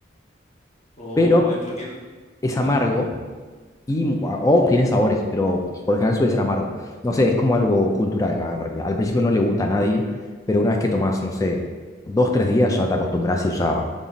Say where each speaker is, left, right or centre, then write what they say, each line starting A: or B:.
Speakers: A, on the left; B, on the left.
A: Oh,
B: pero
A: ¿y por qué? el-
B: es amargo
A: Ajá.
B: y o tiene sabores, pero por lo general suele ser amargo. No sé, es como algo cultural acá en realidad. Al principio no le gusta a nadie, pero una vez que tomas, no sé, dos, tres días ya te acostumbras y ya...